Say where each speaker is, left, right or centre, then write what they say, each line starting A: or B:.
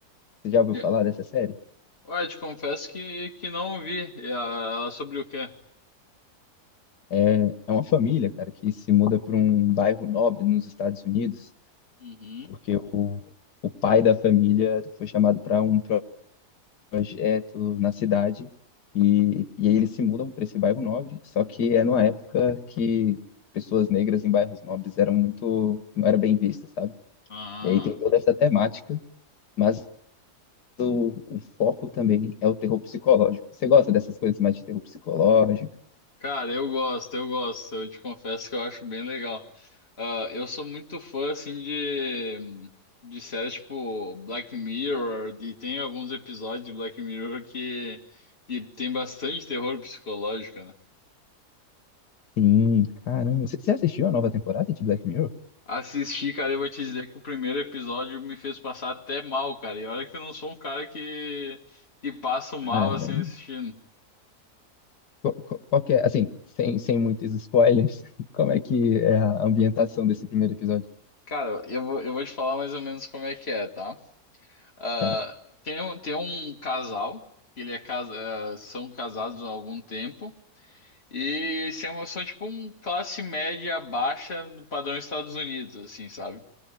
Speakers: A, on the left (about 80°); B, on the left (about 40°).
A: Você já ouviu
B: De-
A: falar dessa série?
B: Ué, te confesso que, que não vi. E a- Ela sobre o quê?
A: É, é uma família, cara, que se muda para um bairro nobre nos Estados Unidos,
B: Uhum.
A: porque o, o pai da família foi chamado para um projeto na cidade e, e aí eles se mudam para esse bairro nobre, só que é numa época que pessoas negras em bairros nobres eram muito, não era bem vista, sabe?
B: Ah.
A: E aí tem toda essa temática, mas o, o foco também é o terror psicológico. Você gosta dessas coisas mais de terror psicológico?
B: Cara, eu gosto, eu gosto. Eu te confesso que eu acho bem legal. Ah, eu sou muito fã, assim, de, de séries tipo Black Mirror. E tem alguns episódios de Black Mirror que, que tem bastante terror psicológico, né?
A: Sim, caramba. Você você assistiu a nova temporada de Black Mirror?
B: Assisti, cara, eu vou te dizer que o primeiro episódio me fez passar até mal, cara. E olha que eu não sou um cara que, que passa mal
A: Caramba.
B: assim assistindo.
A: Qual, qual- qual que é, assim, sem, sem muitos spoilers, <laughs> como é que é a ambientação desse primeiro episódio?
B: Cara, eu vou, eu vou te falar mais ou menos como é que é, tá? Ah,
A: Tá,
B: tem um, tem um casal, que ele é casa, ah, são casados há algum tempo, e são, são tipo um classe média baixa no padrão Estados Unidos, assim, sabe?